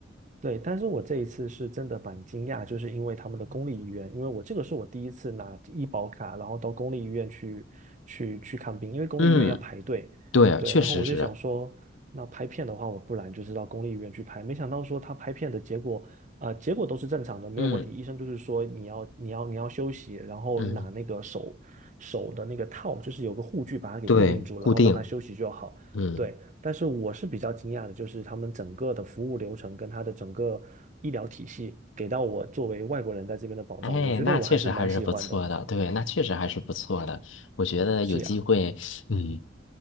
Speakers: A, on the right; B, on the left.
A: 对，但是我这一次是真的蛮惊讶，就是因为他们的公立医院，因为我这个是我第一次拿医保卡，然后到公立医院去去去看病，因为公立医院要排队。
B: 嗯，对，
A: 对，
B: 确实是，
A: 然后我就想说，那拍片的话，我不然就是到公立医院去拍。没想到说他拍片的结果，呃，结果都是正常的，没有问题。
B: 嗯
A: 医生就是说你要你要你要休息，然后拿那个手手的那个套，
B: 嗯，
A: 就是有个护具把它给固定住，
B: 对，固定，
A: 然后让它休息就好。
B: 嗯。
A: 对，但是我是比较惊讶的，就是他们整个的服务流程跟他的整个医疗体系给到我作为外国人在这边的保障，
B: 哎，
A: 我觉得我还是蛮喜欢的。
B: 那确实还是不错的，对，那确实还是不错的。我觉得有机会，
A: 是呀，
B: 嗯，